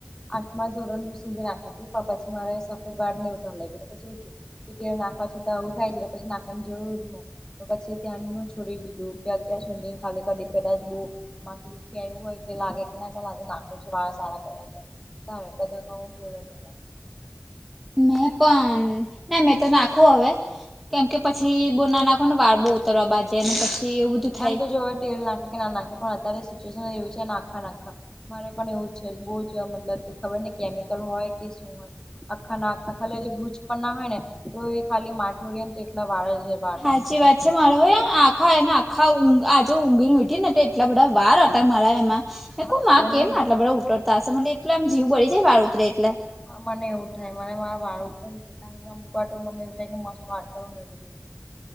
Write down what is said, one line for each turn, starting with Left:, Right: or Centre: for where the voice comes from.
Left: આઠમા ધોરણ સુુંઘી નાખ કે પણ પછી મારા સફેદ વાળ ઉઠવા લાગે પપ ઉઠ. કે ત નાખવા છતાં ઉ થાય છેટલે પછી નાખવાની જરૂર જ હોય. તો પછી ત્યાં છોડી દીધું કે ત્યાં સુધી ખાલી. કદી કદાચ બહુ માંથું દુખ્યા એવું હોય કે લાગે કે ના ચાલ આજે નાખો છ વાળ સારા કરવા છે. તાવ કદા કું કેળ નંગ
Centre: મેં પણ ના મેં તો નાખવું હવે. કેમ કે પછી બો ના નાખો ને વાર બો ઉતરવા બાજેને પછી. એવું બધું થાય.
Left: એમ તો જો હવે તેટેલ નાખી કે નાખે પણ અત્યારે સિચ્યુએશન એવી છે નાખા નાખા. મારે પણ એવું જ છે બહુ જ મતલબ કે ખબર ને કેમિકલ હોય કે શું હોય. આખા ના આખા ખાલી ગુંચ પણ ના હોય ને તો એ ખાલી માથુઓળી એને એકલા વાળા‌.
Centre: હાચી વાત છે. મારે હોય આખા એને આખા ઊં આજે ઊંઘીને ઉઠીને તો એટલા બધા વાર હતા મારા એમાં હ
Left: હા
Centre: ક
Left: ખબર
Centre: મા કેમ
Left: નઈ
Centre: આટલા બધા ઉતરતા હશે મ એટલે આમ જીવ બળી જાય વાળ ઉતરે એટલે
Left: હા મને એવું થાય મને મારા વાર ઉતરે કારણ કે આ મુકવા મને એવું થાય કે મસ્ત વાર કરવું ને એ બધું.